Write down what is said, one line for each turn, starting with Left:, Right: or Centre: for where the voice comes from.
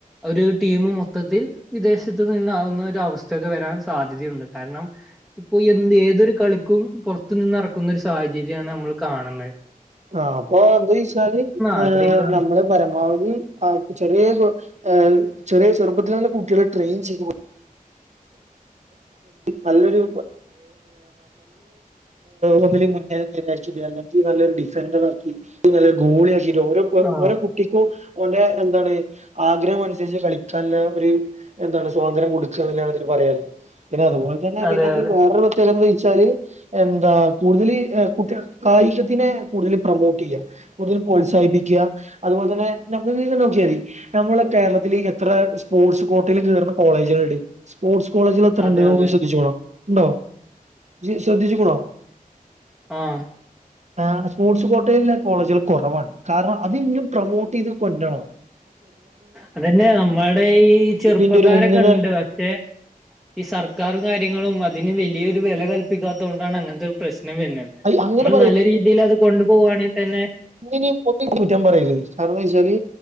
Centre: ഒരു ടീമു മൊതത്തിൽ വിദേശത്ത് നിന്നാകുന്ന ഒരു അവസ്ഥക്കെ വരാൻ സാധ്യതയുണ്ട് കാരണം ഇപ്പൊ എന്ത് ഏതൊരു കളിക്കും പൊറത്ത് നിന്ന്റെക്കുന്ന ഒരു സാഹചര്യാണ് അമ്മള് കാണുന്നെ-
Right: ആഹ് അപ്പൊ എന്താെയ്ചാല്
Centre: ആഗ്രഹിക്കുന്നു
Right: ആഹ് നമ്മള് പരമാവധി ആ ചെറീ- ചെറീ ചെറുപ്പതിലന്നെ കുട്ടിളെ ട്രെയിൻ ചെയ്തു - നല്ലൊരു ഒന്നിൽ മുന്നിൽ <unintelligible> നല്ലൊരു ഡിഫന്ററെറക്കി നല്ലൊരു ഗോളി ആക്കി- ഓരോ
Centre: ആ
Right: ഓരോ കുട്ടിക്കും ഓന്റെ എന്താണ് ആഗ്രഹം അനുസരിച്ച് കളിക്കാന്ള്ള ഒര് എന്താണ് സ്വാതന്ത്രകൊടുക്കാണ് പറാല്ലെ പിന്നെ അതുപോലെ തന്നെ പിന്നെ
Centre: അതെ
Right: ഇതില്
Centre: അതെ
Right: വേറെരു പ്രത്യക ചൊ എന്താ കൂടുതല് ഏഹ് കായികത്തിന് കൂടുതല് പ്രമോട്ടീയ്യ കൂട് പ്രോത്സാഹിപ്പിക്ക അത്പോലെ തന്നെ <unintelligible> നോക്കിയതി നമ്മളെ കേരളത്തില് എത്ര സ്പോർട്സ്- കോട്ടയിൽ കേറുന്നകോളേജുകലുണ്ട് സ്പോർട്സ് കോളേജ്ള് എത്രെണ്ണണ്ട്
Centre: അതെ അതെ
Right: ശ്രദ്ധിച്ചുകുണോ ഉണ്ടോ ഇജ് ശ്രദ്ധിച്ച്കുണോ
Centre: ആഹ്
Right: ആഹ് സ്പോർട്സ് കോട്ടേലില്ല കോളേജെള് കൊറവാണ് കാരണം അത് ഇനിയും പ്രമോട്ടീത് കൊണ്ടുവരണം
Centre: അതെന്നെ നമ്മ്ടെ ഈ ചെറുപ്പക്കാരൊക്കെണ്ട്
Right: ഇതിന്റെ ഒരു ഉന്നത
Centre: പക്ഷെ- ഈ സർക്കാറും കാര്യങ്ങളും അതിന് വെലിയൊരു വെല കല്പിക്കാത്ത കൊണ്ടാണ് അങ്ങന് ത്തൊരു പ്രശ്നം വരന്ന
Right: അങ്ങനെ
Centre: നമ്മൾ നല്ല രീതിയിൽ അത് കൊണ്ടു പോോകുകവാണെങ്കിൽ തന്നെ-
Right: ഒന്നും കുറ്റം പറയരുത് കാരണം വച്ചാല്